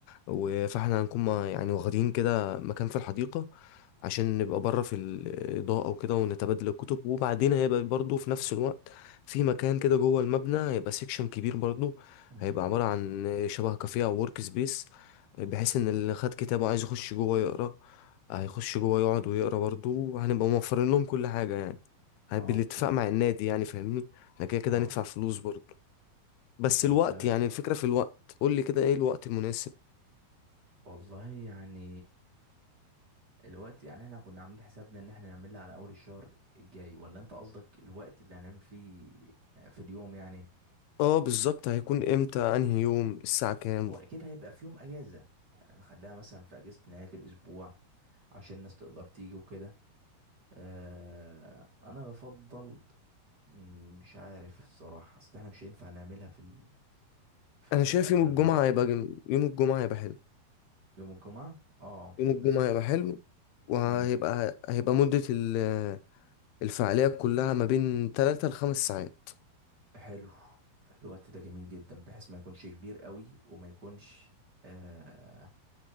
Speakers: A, on the left; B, on the right.
A: و- فاحنا هنكون ما- يعني واخدين كده مكان في الحديقة عشان نبقى بره في الإضاءة وكده ونتبادل الكتب وبعدين هيبقى برضو في نفس الوقت في مكان كده جوه المبنى هيبقى سيكشن كبير برضو
B: مم.
A: هيبقى عبارة عن شبه كافيه أو ورك سبيس بحيث إن اللي خد كتابه عايز يخش جوه يقرأ هيخش جوه يقعد ويقرأ برضو وهنبقى موفرين لهم كل حاجة يعني بالاتفاق
B: اه طب
A: مع النادي يعني فاهمني احنا كده كده
B: اه
A: هندفع فلوس برضه بس
B: طب
A: الوقت يعني الفكرة في الوقت قول لي كده ايه الوقت المناسب
B: والله يعني الوقت يعني احنا كنا عاملين حسابنا ان احنا نعملها على اول الشهر الجاي ولا انت قصدك الوقت اللي هنعمل فيه في اليوم يعني
A: اه بالظبط هيكون امتى انهي يوم الساعة كام
B: هو اكيد هيبقى في يوم اجازة يعني هنخليها مثلا في اجازة نهاية الاسبوع عشان الناس تقدر تيجي وكده آه انا بفضل مم، مش عارف الصراحة اصل احنا مش هينفع نعملها في ال... في
A: انا شايف
B: اخر
A: يوم
B: النهار
A: الجمعة هيبقى جم... يوم الجمعة هيبقى حلو
B: يوم الجمعة اه
A: يوم
B: الناس
A: الجمعة هيبقى حلو وهيبقى
B: مم،
A: هيبقى مدة ال... الفعالية كلها ما بين 3 لخمس ساعات
B: حلو الوقت ده جميل جدا بحيث ما يكونش كبير قوي وما يكونش آه